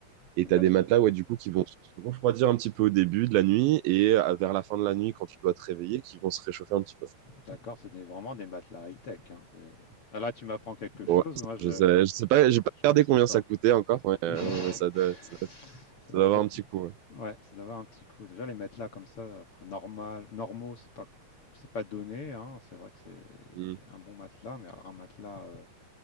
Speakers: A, on the right; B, on the left.
A: Et
B: Les matelas.
A: t'as des matelas, ouais, du coup, qui vont se refroidir un petit peu au début de la nuit et euh, vers la fin de la nuit, quand tu dois te réveiller, qui vont se réchauffer un petit peu.
B: D'accord, c'est des- vraiment des matelas high-tech. hein, c'est- Ah, là, tu m'apprends quelque chose,
A: Ouais,
B: moi je
A: je sais, je sais pas, j'ai pas
B: je
A: regardé
B: connaissais
A: combien
B: pas.
A: ça coûtait encore, mais, euh,
B: Oui, <laughs>
A: mais ça doit, ça doit-
B: ça
A: ça
B: doit
A: doit
B: pas
A: avoir
B: être-
A: un petit coup. ouais.
B: ouais, ça doit avoir un petit coup. Déjà les matelas comme ça, enfin, normal, normaux, c'est pas c'est pas donné. hein, C'est vrai que c'est
A: Mm.
B: un bon matelas, mais alors un matelas euh,